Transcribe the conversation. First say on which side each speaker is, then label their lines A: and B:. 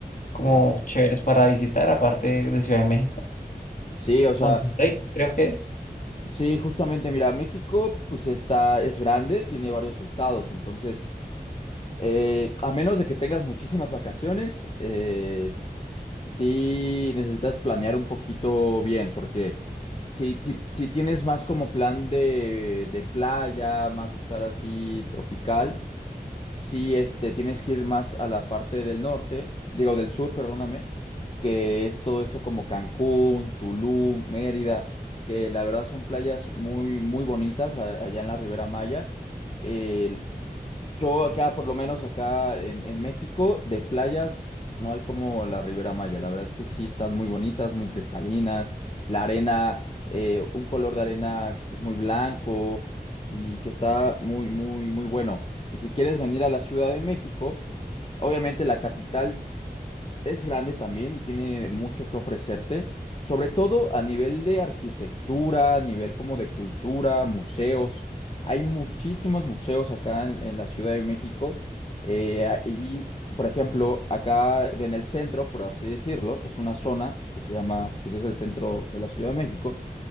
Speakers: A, on the left; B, on the left.
A: como
B: Claro.
A: chéveres para visitar, aparte de Ciudad de México,
B: Sí, o sea,
A: Monterrey, creo que es.
B: sí, justamente, mira, México, pues está, es grande, tiene varios estados, entonces, eh, a menos de que tengas muchísimas vacaciones, eh, sí necesitas planear un poquito bien, porque si, si, si tienes más como plan de, de playa, más estar así tropical. si este, tienes que ir más a la parte del norte, digo del sur, perdóname, que es todo esto como Cancún, Tulum, Mérida, que la verdad son playas muy, muy bonitas a- allá en la Ribera Maya. Eh, yo acá, por lo menos acá en, en México, de playas no hay como la Ribera Maya. La verdad es que sí están muy bonitas, muy cristalinas. La arena, eh, un color de arena pues muy blanco y que está muy, muy, muy bueno. Y si quieres venir a la Ciudad de México, obviamente la capital es grande también y tiene mucho que ofrecerte, sobre todo a nivel de arquitectura, a nivel como de cultura, museos. Hay muchísimos museos acá en, en la Ciudad de México eh, y, por ejemplo, acá en el centro, por así decirlo, es una zona que se llama, pues es el centro de la Ciudad de México